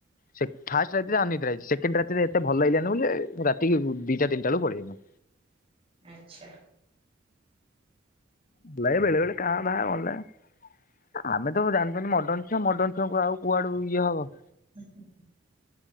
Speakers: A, on the left; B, on the right.
A: ସେ ଫାଷ୍ଟ ରାତିରେ ଅନିଦ୍ରା ହେଇଚି ସେକଣ୍ଡ ରାତିରେ ଏତେ ଭଲ ଲାଗିଲାନି ବୋଲି ରାତିି ଦି ଟା ତିନିଟା ବେଳକୁ ପଳେଆଇଲୁ।
B: ଆଚ୍ଛା।
A: ହୁଁ ବେଳେ ବେଳେ କା ଭାଁ ଭଲ ଲାଗେ ଆମେ। ତ ସବୁ ଜାଣିଛନ୍ତି ମଡନ ଛୁଆ ମଡନ ଛୁଆଙ୍କୁ ଆଉ କୁଆଡୁ ଇଏ ହବ।
B: ଆ <inaudible>